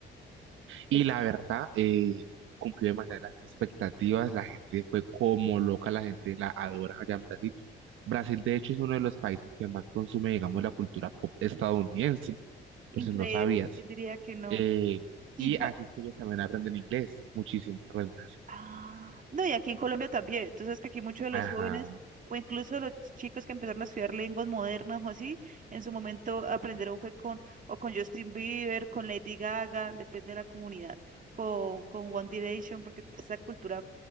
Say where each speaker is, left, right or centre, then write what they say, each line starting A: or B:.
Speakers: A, on the right; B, on the right.
A: Y
B: Es
A: la verdad, eh, cumplió demasiadas las expectativas. La gente fue como loca, la gente la adora allá en Brasil. Brasil, de hecho, es uno de los países que más consume, digamos, la cultura pop estadounidense,
B: increíble,
A: por si no sabías.
B: ¿quién diría que no?
A: Eh,
B: Y
A: y
B: ya,
A: así es que ellos también aprenden inglés, muchísimo, aprenden así.
B: Ah, no, y aquí en Colombia también. Entonces, que aquí muchos de los
A: Ajá,
B: jóvenes o incluso los chicos que empezaron a estudiar lenguas modernas o así, en su momento aprendieron fue con o con Justin Bieber, con Lady Gaga, depende de la comunidad, con, con One Direction, porque pues, esa cultura